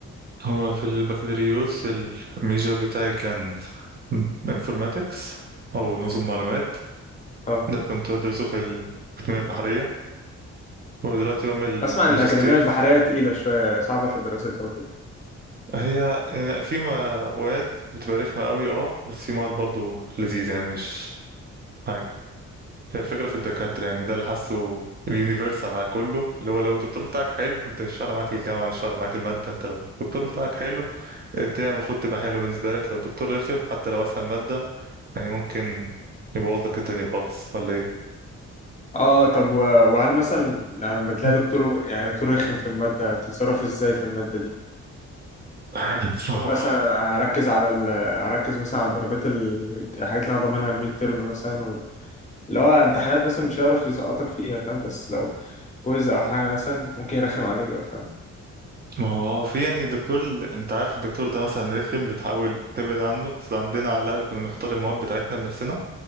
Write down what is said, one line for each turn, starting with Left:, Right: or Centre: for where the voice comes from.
Right: هو في البكالوريوس الميجر بتاعي كان انفورماتكس او نظم معلومات
Left: اه
Right: ده كنت بدرسه في التنمية البحرية ودلوقتي بعمل
Left: بسمع ان
Right: ماجستير
Left: الاكاديميه البحريه
Right: في
Left: تقيله شويه صعبه في دراستها وكده
Right: هي يعني في مواد بتبقى رخمة قوي اه بس في مواد برضو لذيذة يعني مش حاجة هي الفكرة في الدكاترة يعني ده اللي حاسه اليونيفرسال على كله اللي هو لو الدكتور بتاعك حلو انت مش فارق معاك الجامعة مش فارق معاك المادة انت لو الدكتور بتاعك حلو الدنيا المفروض تبقى حلوة بالنسبة لك لو الدكتور رخم حتى لو أسهل مادة يعني ممكن يبوظ لك الدنيا خالص ولا ايه؟
Left: اه طب و- وهل مثلا لما بتلاقي
Right: مم.
Left: دكتور يعني دكتور رخم في الماده بتتصرف ازاي في الماده دي
Right: <laughs>
Left: بتقول
Right: صح.
Left: مثلا هركز على ال... هركز مثلا على الدرجات ال... الحاجات اللي انا ضامنها الميد ترم مثلا وال... اللي هو امتحانات مثلا مش هيعرف يسقطك فيها فاهم بس لو كويز او حاجه مثلا ممكن يرخم عليك بقى فاهم
Right: ما هو آه، في يعني دكتور ال- انت عارف الدكتور ده مثلا رخم بتحاول تبعد عنه بس عندنا على الاقل كنا بنختار المواد بتاعتنا بنفسنا